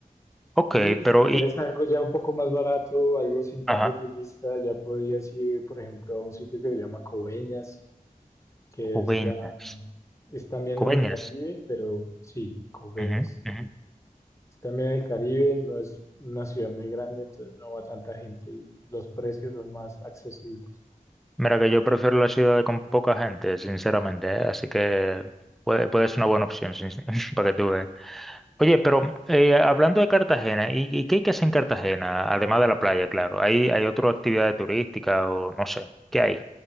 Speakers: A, in the centre; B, on the left.
A: Ok,
B: Y
A: pero
B: si quieres
A: y,
B: algo ya un poco más barato, algo sin tanto
A: ajá,
B: turista, ya podrías ir, por ejemplo, a un sitio que se llama Coveñas, que
A: Coveñas.
B: es ya, es también
A: Coveñas.
B: en el Caribe, pero sí, Coveñas.
A: Ujú, ujú.
B: También el Caribe no es una ciudad muy grande, entonces no va tanta gente y los precios son más accesibles.
A: Mira que yo prefiero la ciudad con poca gente, sinceramente, ¿eh? Así que puede, puede ser una buena opción, sin- <laughs> para que tú veas. Oye, pero eh, hablando de Cartagena, ¿y, y qué hay que hacer en Cartagena? Además de la playa, claro. ¿Hay, hay otra actividad turística o no sé? ¿Qué hay?